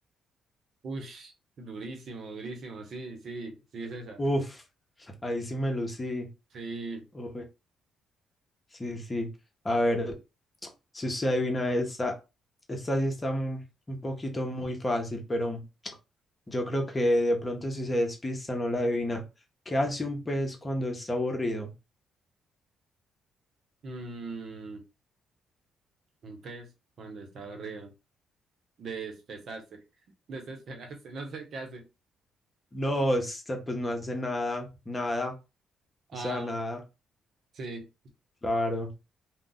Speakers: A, on the right; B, on the left.
A: ush, durísimo, durísimo. Sí, sí, sí es esa.
B: Uf, ahí sí me lucí.
A: Sí.
B: Uy, sí, sí. A ver, Si usted adivina esta, esta sí está un un poquito muy fácil, pero yo creo que de pronto si se despista no la adivina. ¿Qué hace un pez cuando está aburrido?
A: Mm, un pez cuando está aburrido. Despesarse, <laughs> desesperarse, no sé qué hace.
B: No, esta pues no hace nada, nada,
A: Ah,
B: o sea, nada.
A: sí.
B: Claro.